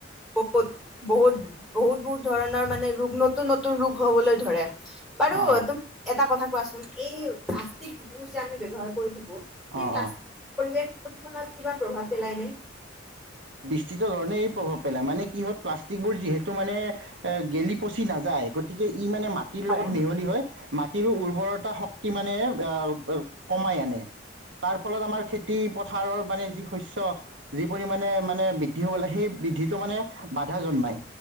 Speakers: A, in the centre; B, on the right.
A: বহুত বহুত বহুত বহুত ধৰণৰ। মানে ৰোগ নতুন নতুন ৰোগ হ'বলৈ ধৰে। বাৰু
B: অঁ
A: তুম এটা কথা। কোৱাচোন এই প্লাষ্টিক বোৰ যে আমি ব্যৱহাৰ কৰো। সেই
B: অঁ
A: প্লাষ্টিক
B: অঁ
A: পৰিবেশ। কিবা। প্ৰভাৱ পেলাইনে।
B: প্ৰিত ধৰণে এই প্ৰভাৱ পেলায় মানে কি হয় প্লাষ্টিকবোৰ যিহেতু মানে গেলি পচি নাযায় গতিকে। ই মানে মাটিৰ
A: হয়
B: লগত মিহলি হয় মাটিৰো উৰ্বৰত। এটা শক্তি মানে অ কমাই আনে তাৰ ফলত আমাৰ খেতি পথাৰৰ মানে যি শস্য। যি পৰিমাণে মানে বৃদ্ধি হব লাগে সেই বৃদ্ধিটো মানে বাধা জন্মায়